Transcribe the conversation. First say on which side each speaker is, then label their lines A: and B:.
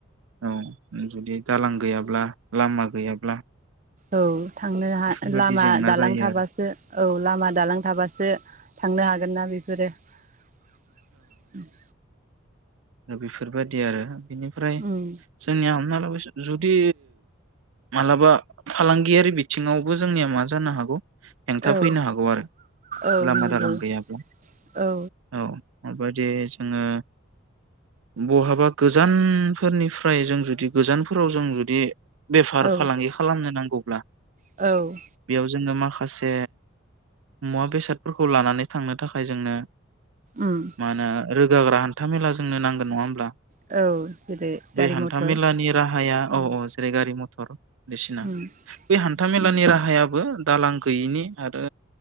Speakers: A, on the right (about 85°); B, on the right (about 40°).
A: औ जुदि दालां गैयाब्ला लामा गैयाब्ला
B: औ थांनो हा
A: बेफोरबायदि
B: लामा
A: जेंना
B: दालां
A: जायो
B: थाबासो
A: आरो
B: औ लामा दालां थाबासो <unintelligible> थांनो हागोन ना बेफोरो ओम
A: दा बेफोरबायदि आरो। बेनिफ्राय
B: उम
A: जोंनिया हमना लाबोसो जुदि मालाबा फालांगियारि बिथिङावबो जोंनिया मा जानो हागौ। हेंथा
B: औ
A: फैनो हागौ आरो
B: औ
A: लामा
B: नंगौ
A: दालां गैयाब्ला
B: औ
A: औ। माबायदि जोङो बहाबा गोजानफोरनिफ्राय जों जुदि गोजानफोराव जों जुदि बेफार
B: औ
A: फालांगि खालामनो नां खपला
B: औ
A: जोङो माखासे मुवा बेसादफोरखौ लानानै थांनो थाखाय जोंनो
B: उम
A: मानो रोगाग्रा हान्था मेला जोंनो नांगोन नङा होमब्ला
B: औ जेरै गारि
A: बै हान्था
B: मथर
A: मेलानि राहाया
B: उम
A: औ औ जेरै गारि मथर सर बिसिना
B: उम
A: बे हान्थाामेलानि
B: उम
A: राहायाबो दालां गैयिनि आरो